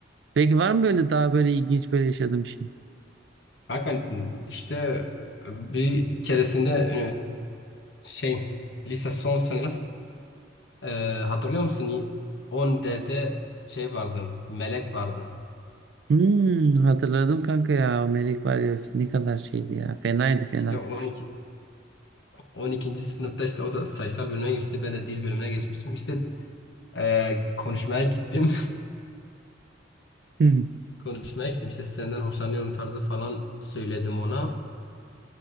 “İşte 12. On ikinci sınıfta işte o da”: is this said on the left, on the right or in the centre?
Left